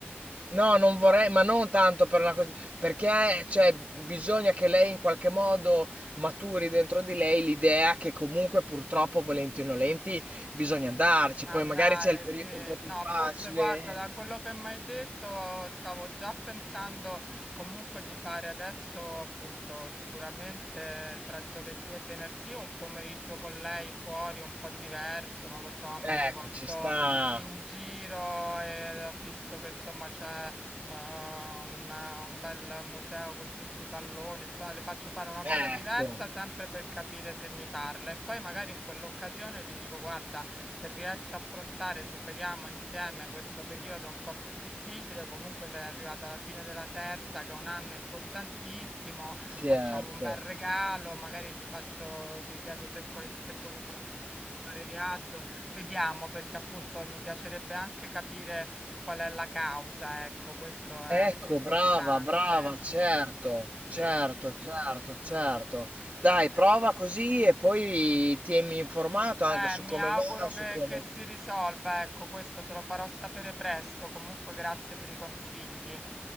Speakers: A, on the right; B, in the centre.
A: no, non vorrei, ma non tanto per una cosa, perché, cioè, bisogna che lei in qualche modo maturi dentro di lei l'idea che comunque purtroppo, volenti o nolenti, bisogna andarci,
B: Andare,
A: poi magari c'è il periodo
B: sì.
A: un po'
B: No,
A: più facile.
B: forse guarda, da quello che mi hai detto, stavo già pensando comunque di fare adesso, appunto, sicuramente tra giovedì e venerdì un pomeriggio con lei fuori, un po' diverso, non lo so, me
A: Ecco,
B: la porto
A: ci sta.
B: in giro e ho visto che insomma c'è eh, una- un bel museo con tutti i palloni, insomma, le faccio fare una cosa
A: Ecco,
B: diversa sempre per capire se mi parla e poi magari in quell'occasione gli dico, guarda, se riesci a affrontare, superiamo insieme questo periodo un po' più difficile, comunque sei arrivata alla fine della terza, che è un anno importantissimo,
A: certo.
B: facciamo un bel regalo, magari gli faccio, gli chiedo se, qual- se vuole fare un particolare viaggio, vediamo perché appunto mi piacerebbe anche capire qual è la causa, ecco, questo è
A: Ecco,
B: anche importante.
A: brava, brava, certo.
B: Mm, sì,
A: Certo, certo, certo.
B: sì,
A: Dai,
B: è
A: prova così e poi tienimi informato
B: Mm, Eh,
A: anche su
B: mi
A: come
B: auguro
A: va,
B: che,
A: su come...
B: che si risolva, ecco, questo te lo farò sapere presto. Comunque, grazie per i consigli.